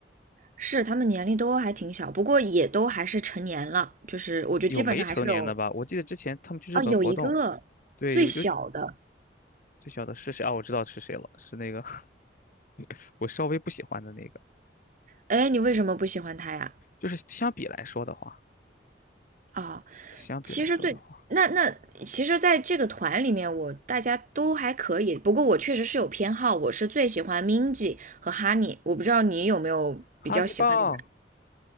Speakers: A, on the right; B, on the left.
A: 是，他们年龄都还挺小，不过也都还是成年了，就是我觉得基本上还是有，
B: 有没成年的吧？我记得之前他们去日本活动，
A: 哦，有一个最小的，
B: 对，有有最小的是谁啊？我知道是谁了，是那个 <laughs> 我稍微不喜欢的那个。
A: 哎，你为什么不喜欢他呀？
B: 就是相比来说的话，
A: 啊、
B: 相比来说的话，
A: 其实最那那其实，在这个团里面，我大家都还可以。不过我确实是有偏好，我是最喜欢 m i n g i 和 Honey。我不知道你有没有比较喜欢的人？
B: 哈尼棒，